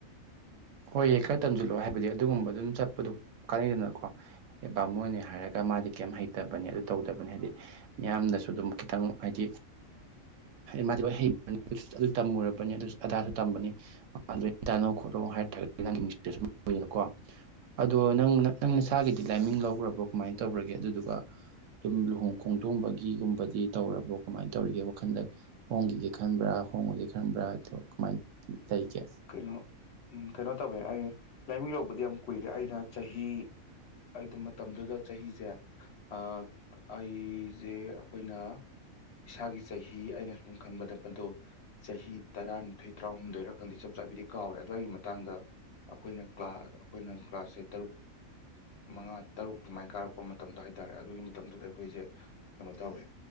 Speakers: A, on the right; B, on the left.
A: ꯍꯣꯏꯌꯦ ꯈꯔ ꯇꯝꯁꯤꯜꯂꯣ ꯍꯥꯏꯕꯗꯤ ꯑꯗꯨꯒꯨꯝꯕ ꯑꯗꯨꯝ ꯆꯠꯄꯗꯨ ꯀꯥꯟꯅꯩꯗꯅꯀꯣ ꯑꯦ ꯕꯥꯃꯣꯟꯅꯦ ꯍꯥꯏꯔꯒ ꯃꯥꯗꯤ ꯀꯦꯝ ꯍꯩꯇꯕꯅꯤ ꯑꯗꯨ ꯇꯧꯗꯕꯅꯤ ꯍꯥꯏꯗꯤ ꯃꯤꯌꯥꯝꯅꯁꯨ ꯑꯗꯨꯝ ꯈꯤꯇꯪ ꯍꯥꯏꯗꯤ ꯃꯥꯗꯤ ꯂꯣꯏ ꯍꯩ ꯑꯗꯨ ꯇꯝꯃꯨꯔꯕꯅꯤ ꯑꯗꯨ ꯑꯗꯥꯁꯨ ꯇꯝꯕꯅꯤ ꯃꯥꯗ ꯇꯥꯅꯣ ꯈꯣꯠꯅꯣ ꯍꯥꯏꯔ <unintelligible> ꯑꯗꯣ ꯅꯪ ꯅꯪ ꯅꯁꯥꯒꯤꯗꯤ ꯂꯥꯏꯃꯤꯡ ꯂꯧꯈ꯭ꯔꯕꯣ ꯀꯃꯥꯏꯅ ꯇꯧꯔꯒꯦ ꯑꯗꯨꯗꯨ ꯗꯨꯝ ꯂꯨꯍꯣꯡ ꯈꯣꯡꯗꯣꯡꯕꯒꯤ ꯒꯤꯒꯨꯝꯕꯗꯤ ꯇꯧꯔꯕꯣ ꯀꯃꯥꯏꯅ ꯇꯧꯔꯤꯒꯦ ꯋꯥꯈꯟꯗ ꯍꯣꯡꯈꯤꯒꯦ ꯈꯟꯕ꯭ꯔꯥ ꯍꯣꯡꯉꯒꯦ ꯈꯟꯕ꯭ꯔꯥ ꯀꯃꯥꯏ ꯂꯩꯒꯦ
B: ꯀꯩꯅꯣ ꯎꯝ ꯀꯩꯅꯣ ꯇꯧꯋꯦ ꯑꯩ ꯂꯥꯏꯃꯤꯡ ꯂꯧꯕꯗꯤ ꯌꯥꯝ ꯀꯨꯏꯔꯦ ꯑꯩꯅ ꯆꯍꯤ ꯑꯩꯗꯣ ꯃꯇꯝꯗꯨꯗ ꯆꯍꯤꯁꯦ ꯑꯥ ꯑꯩꯁꯦ ꯑꯩꯈꯣꯏꯅ ꯏꯁꯥꯒꯤ ꯆꯍꯤ ꯑꯩꯅ ꯁꯨꯝ ꯈꯟꯕꯗ ꯃꯗꯨ ꯆꯍꯤ ꯇꯔꯥꯅꯤꯊꯣꯏ ꯇꯔꯥꯍꯨꯝꯗꯣꯏꯔꯥ ꯈꯪꯗꯦ ꯆ ꯆꯥꯕꯤꯗꯤ ꯀꯥꯎꯔꯦ ꯑꯗꯨꯋꯥꯏꯒꯤ ꯃꯇꯥꯡꯗ ꯑꯩꯈꯣꯏꯅ ꯀ꯭ꯂꯥ ꯑꯩꯈꯣꯏꯅ ꯀ꯭ꯂꯥꯁꯁꯦ ꯇꯔꯨꯛ ꯃꯉꯥ ꯇꯔꯨꯛ ꯁꯨꯃꯥꯏꯅ ꯀꯥꯔꯛꯄ ꯃꯇꯝꯗ ꯍꯥꯏꯇꯥꯔꯦ ꯑꯗꯨꯒꯤ ꯃꯇꯝꯗꯨꯗ ꯑꯩꯈꯣꯏꯁꯦ ꯀꯩꯅꯣ ꯇꯧꯔꯦ